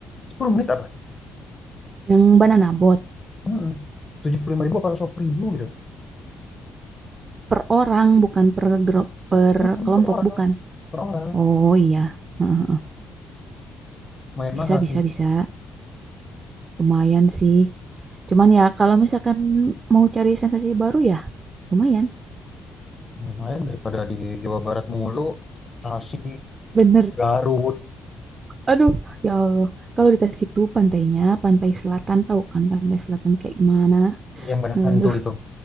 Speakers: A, on the left; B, on the right.
A: 10 menit apa?
B: yang banana boat
A: Mm-mm. tujuh puluh lima ribu atau 100 ribu gitu.
B: per orang bukan per grup per
A: Mm-mm,
B: kelompok
A: per orang.
B: bukan.
A: Per orang.
B: Oh iya. Heeh.
A: Main
B: Bisa
A: mahal
B: bisa
A: sih.
B: bisa. Lumayan sih. Cuman ya kalau misalkan mau cari sensasi baru ya lumayan.
A: Lumayan daripada di Jawa Barat mulu. Tasik,
B: Bener.
A: Garut.
B: Aduh, ya Allah. Kalau di Tasik tuh pantainya, pantai selatan tahu kan pantai selatan kayak gimana?
A: Yang banyak
B: Aduh,
A: hantu itu.